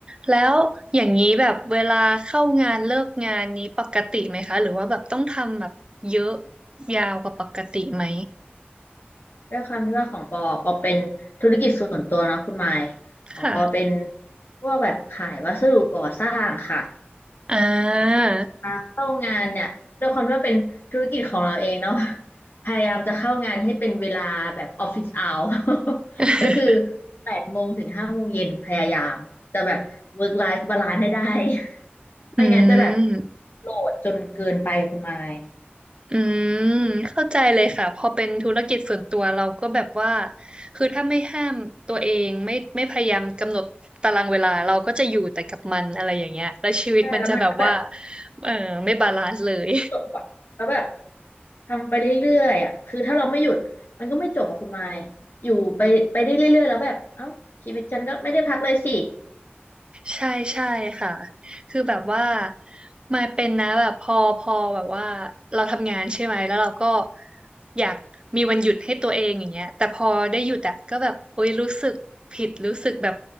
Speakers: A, on the right; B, on the left.
A: แล้วอย่างนี้แบบเวลาเข้างานเลิกงานนี้ปกติไหมคะหรือว่าแบบต้องทำแบบเยอะยาวกว่าปกติไหม
B: ด้วยความที่ว่าของปอปอเป็นธุรกิจส่วนตัวนะคุณไมค์ของปอเป็น
A: ค่ะ
B: พวกแบบขายวัสดุก่อสร้างค่ะ
A: อ่า
B: มาเข้างานเนี่ยด้วยความที่ว่าเป็นธุรกิจของเราเองเนาะพยายามจะเข้างานให้เป็นเวลาแบบออฟฟิศเอา <laughs>
A: <laughs>
B: ก็คือแปดโมงถึงห้าโมงเย็นพยายามจะแบบ work life balance ให้ได้ <laughs> ไม่งั้นจะแบบ
A: อืม
B: โหลดจนเกินไปคุณไมค์
A: อืมเข้าใจเลยค่ะพอเป็นธุรกิจส่วนตัวเราก็แบบว่าคือถ้าไม่ห้ามตัวเองไม่ไม่พยายามกำหนดตารางเวลาเราก็จะอยู่แต่กับมันอะไรอย่างเงี้ยแล้วชีวิตมันจะแบบว่า
B: ใช่แล้วมันก็แบบ
A: เออไม่บาลานซ์เลย
B: จบอะแล้วแบบทำไปเรื่อยๆอะคือถ้าเราไม่หยุดมันก็ไม่จบอะคุณไมค์อยู่ไปไปได้เรื่อยๆแล้วแบบเอ้าชีวิตฉันก็ไม่ได้พักเลยสิ
A: ใช่ใช่ค่ะคือแบบว่ามาเป็นนะแบบพอพอแบบว่าเราทำงานใช่ไหมแล้วเราก็อยากมีวันหยุดให้ตัวเองอย่างเงี้ยแต่พอได้หยุดอะก็แบบโอ๊ยรู้สึกผิดรู้สึกแบบ